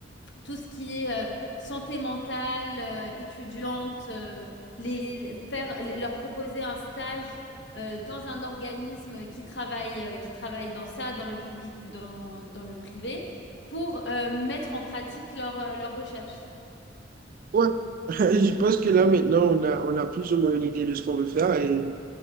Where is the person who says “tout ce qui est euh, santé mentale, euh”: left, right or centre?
Left